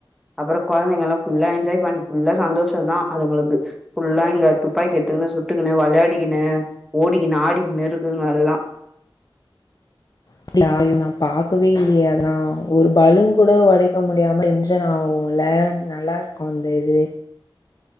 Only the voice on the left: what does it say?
அப்டியா ஐயோ நா பாக்கவே இல்லயே அதெல்லா ஒரு பலூன் கூட உடைக்க முடியாம எஞ்சன் ஆகுல நல்லாருக்கு அந்த இது